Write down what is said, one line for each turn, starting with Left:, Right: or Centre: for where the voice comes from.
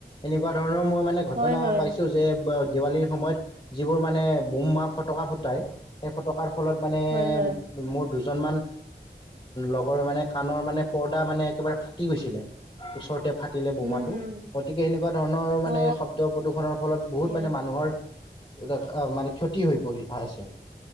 Left: এনেকুৱা ধৰণৰ মই মানে ঘটনা
Right: হয় হয়
Left: পাইছোঁ যে অ দেৱালীৰ সময়ত যিবোৰ মানে বোমা ফটকা ফুটাই সেই ফটকাৰ ফলত মানে
Right: হয় হয়
Left: মোৰ দুজ দুজনমান লগৰ মানে কাণৰ মানে পৰ্দা মানে একেবাৰে ফাটি গৈছিলে। <inaudible> ওচৰতে ফাটিলে বোমাটো।
Right: উম উম
Left: গতিকে এনেকুৱা ধৰণৰ মানে
Right: অ
Left: শব্দ প্ৰদূষণৰ ফলত বহুত
Right: এয়া
Left: মানে মানুহৰ মানে ক্ষতি হৈ পৰি আছে